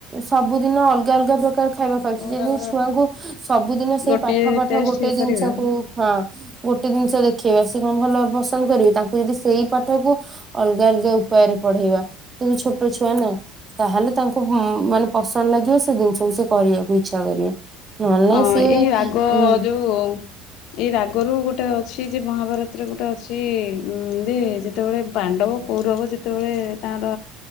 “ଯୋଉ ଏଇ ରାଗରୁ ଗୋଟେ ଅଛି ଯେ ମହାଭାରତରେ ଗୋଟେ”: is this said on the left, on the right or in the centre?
Left